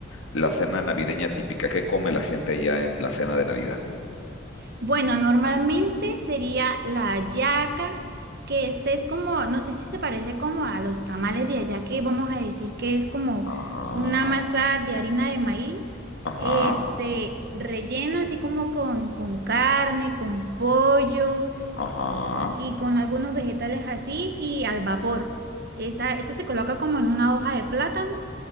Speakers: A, on the left; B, on the right.
A: la cena navideña típica? ¿Qué come la gente allá en la cena de Navidad?
B: Bueno, normalmente sería la hallaca, que este es como, no sé si se parece como a los tamales de allá, que vamos a decir que es como
A: Ajá.
B: una masa de harina de maíz,
A: Ajá,
B: este, rellena así como con, con carne, con pollo
A: ajá.
B: y con algunos vegetales así y al vapor. Esa, esa se coloca como en una hoja de plátano